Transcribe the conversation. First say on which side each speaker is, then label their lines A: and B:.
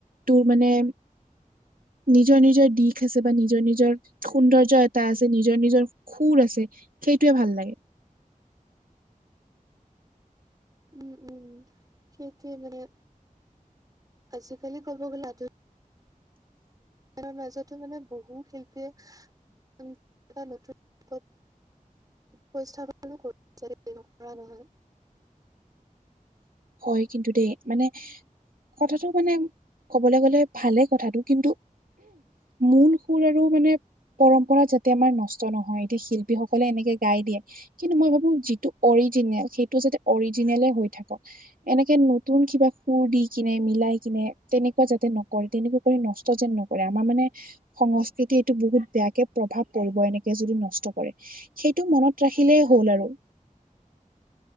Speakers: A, on the right (about 80°); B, on the right (about 25°).
A: তোৰ মানে নিজৰ নিজৰ দিশ আছে বা নিজৰ নিজৰ সৌন্দৰ্য এটা আছে নিজৰ নিজৰ সুৰ আছে সেইটোৱে ভাল লাগে
B: উম উম সেইটোৱে মানে। আজিকালি ক'ব গ'লে আধুনিক- তাৰ মাজতো মানে বহু শিল্পীয়ে উম এটা নতুন ৰূপত- উপস্থাপনো <unintelligible> <unintelligible> নহয়
A: হয়, কিন্তু দেই মানে কথাটো মানে কবলৈ গ'লে ভালেই কথাটো কিন্তু মূল সুৰ আৰু মানে পৰম্পৰা যাতে আমাৰ নষ্ট নহয় এতিয়া শিল্পীসকলে এনেকে গাই দিয়ে। কিন্তু মই ভাবো যিটো অৰিজিনেল সেইটো যাতে অৰিজিনেলে হৈ থাকক। এনেকে নতুন কিবা সুৰ দি কিনে মিলাই কিনে তেনেকুৱা যাতে নক- কৰে তেনেকে কৰি নষ্ট যেন নকৰে আমাৰ মানে- সংস্কৃতি এইটো বহুত বেয়াকে প্ৰভাৱ পৰিব এনেকে যদি নষ্ট কৰে। সেইটো মনত ৰাখিলেই হ'ল আৰু।